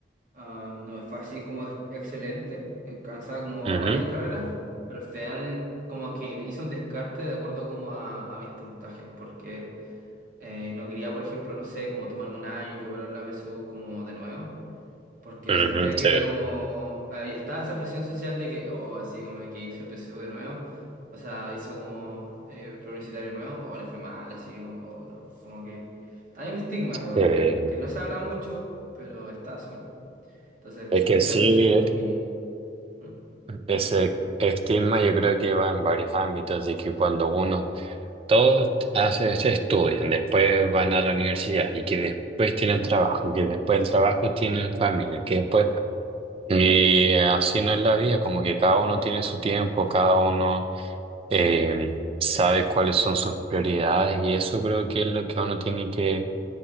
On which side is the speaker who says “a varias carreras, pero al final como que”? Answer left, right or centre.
Right